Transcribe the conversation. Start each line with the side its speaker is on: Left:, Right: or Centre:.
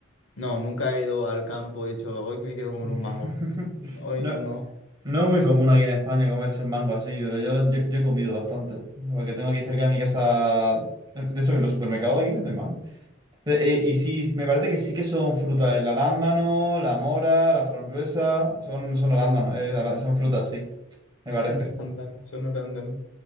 Left: no, nunca he ido al campo y he dicho, hoy que me quiero comer
Right: <laughs>
Left: un mango. Hoy
Right: No.
Left: no,
Right: No es muy común aquí en España comerse el mango así, pero yo, yo, yo he comido bastante. Porque tengo aquí cerca de mi casa. De hecho, en los supermercados aquí venden mango. Eh, eh, y sí, me parece que sí que son frutas. El arándano, la mora, la frambuesa. Son, son arándanos, eh, ará- son frutas, sí,
Left: <laughs>
Right: me
Left: son
Right: parece.
Left: arándanos, son arándanos.